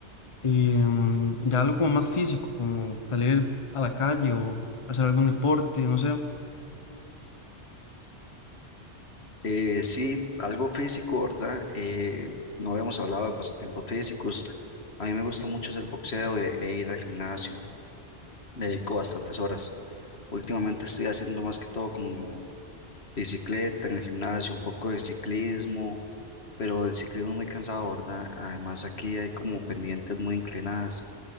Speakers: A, on the left; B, on the left.
A: em, ya algo como más físico, como salir a la calle o hacer algún deporte, no sé?
B: Eh, sí, algo físico, ¿verdad? Eh, no habíamos hablado de pasatiempos físicos. A mí me gusta mucho hacer boxeo e, e ir al gimnasio. Le dedico bastantes horas. Últimamente estoy haciendo más que todo como bicicleta en el gimnasio, un poco de ciclismo pero el ciclismo es muy cansado, ¿verdad? Además aquí hay como pendientes muy inclinadas,